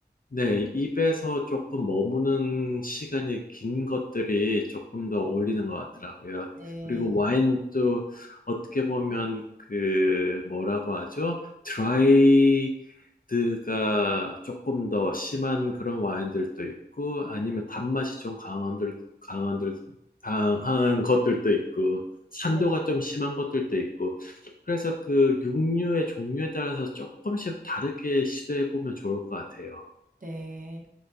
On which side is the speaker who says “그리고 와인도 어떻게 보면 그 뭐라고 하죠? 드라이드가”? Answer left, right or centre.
Left